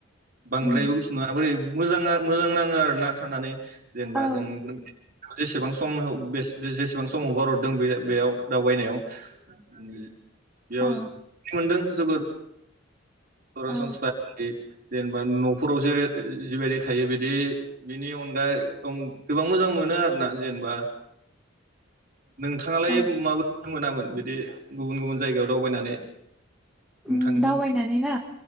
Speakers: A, on the right (about 45°); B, in the centre.
A: बांद्रायबो
B: उम
A: गुसु नङाबो मोजाङा मोजां नाङो आरो ना थानानै जेनेबा
B: औ
A: जों जेसेबां सम बे जे-जे जेसेबां समावगारहरदों बे बेयाव दावबायनायाव उम बेयाव
B: औ
A: खुदों जोबोर सरासनस्रायै
B: औ
A: जेनेबा न'फोराव जेरै जिबायदि थायो बिदि बिनि अनगा एदम गोबां मोजां मोनो आरोना जेनेबा। नोंथाङालाय
B: औ
A: माबो मोनामोन? बिदि गुबुन गुबुन जायगायाव दावबायनानै। नोंथांनि
B: ओम दावबायनानै ना